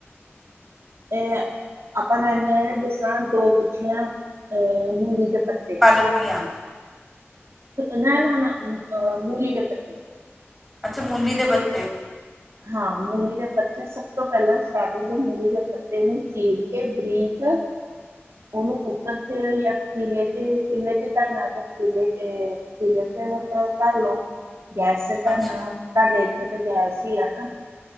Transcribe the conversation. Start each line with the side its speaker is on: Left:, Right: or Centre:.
Right: ਤੇ ਆਪਾਂ ਲੈਣੀਆਂ ਆ ਜਿਸ ਤਰ੍ਹਾਂ ਦੋ ਗੁੱਛੀਆਂ ਅਹ ਮੂਲੀ ਦੇ ਪਤ
Centre: ਪਾਲਕ ਦੀਆਂ।
Right: ਨਾ, ਨਾ, ਨਾ, ਅ ਮੂਲੀ ਦੇ ਪੱਤੇ।
Centre: ਅੱਛਾ ਮੂਲੀ ਦੇ ਪੱਤੇ।
Right: ਹਾਂ ਮੂਲੀ ਦੇ ਪੱਤੇ ਸਭ ਤੋਂ ਪਹਿਲਾਂ ਸਟਾਰਟਿੰਗ ਤੋਂ ਮੂਲੀ ਦੇ ਪੱਤੇ ਨੂੰ ਚੀਰ ਕੇ ਬਰੀਕ ਓਨੂੰ ਕੁੂੱਕਰ 'ਚ ਯਾ ਪਤੀਲੇ 'ਚ ਚੁਲੇ 'ਚ ਧਰਨਾ ਯਾ ਪਤੀਲੇ 'ਚ ਏ ਪਤੀਲੇ ਚ ਮਤਲਬ ਧਰ ਲੋ। ਗੈਸ ਤੇ ਧਰਨਾ
Centre: ਅੱਛਾ
Right: ਤੁਹਾਡੇ ਇੱਥੇ ਤੇ ਗੈਸ ਈ ਆ ਨਾ।